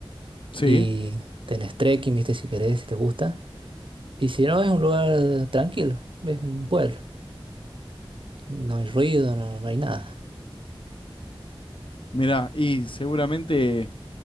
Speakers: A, on the left; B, on the right.
A: Sí,
B: Y tenés trekking, viste, si querés, si te gusta. Y si no, es un lugar tranquilo, es un pueblo. No hay ruido, no, no hay nada.
A: mirá, y seguramente...